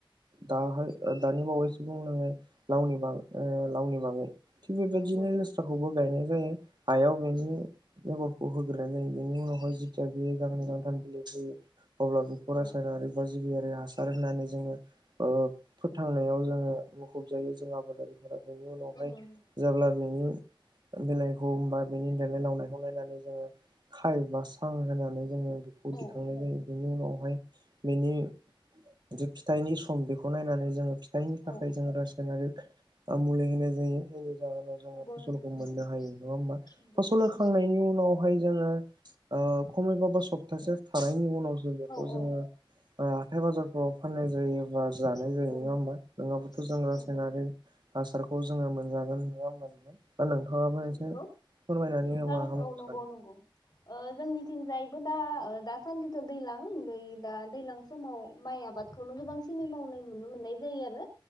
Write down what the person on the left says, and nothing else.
नंगौ नंगौ
औ नंगौ
नंगौ
नंगौ नंगौ
औ
औ
औ
नंगौ
नोंथां नंगौ
नंगौ
नंगौ
औ
औ
नंगौ
नंगौ
नंगौ
नंगौ
नोंथां
औ नंगौ
नंगौ ओ जोंनिथिं जाय दा दासान्दिथ' दैज्लां बै दा दैज्लां समाव माइ आबादखौनो गोबांसिनै मावनाय नुनो मोननाय जायो आरो